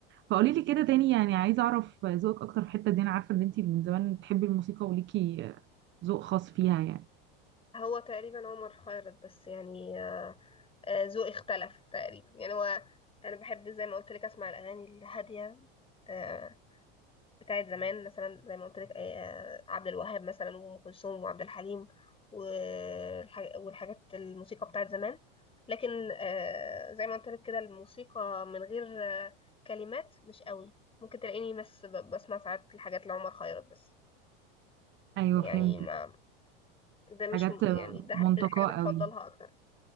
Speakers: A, on the right; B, on the left.
A: فقولي لي كده تاني يعني عايزة اعرف ذوقك اكتر في الحتة دي انا عارفة ان انتي من زمان بتحبي الموسيقى وليكي آه، ذوق خاص فيها يعني
B: هو تقريبا عمر خيرت بس يعني آه آه، ذوقي اختلف تقريبا يعني هو انا بحب زي ما قلت لك اسمع الاغاني الهاديه آه بتاعت زمان مثلا زي ما قلت لك آه عبد الوهاب مثلا وام كلثوم وعبد الحليم والحاج- والحاجات الموسيقى بتاعت زمان لكن آه زي ما قلت لك كده الموسيقى من غير آه كلمات مش قوي ممكن تلاقيني بس ب- بسمع ساعات الحاجات لعمر خيرت بس
A: ايوه
B: يعني
A: فهمت
B: ما ده مش
A: حاجات
B: م- يعني ده
A: منتقاه
B: ده الحاجة أنا بفضلها
A: قوي
B: أكتر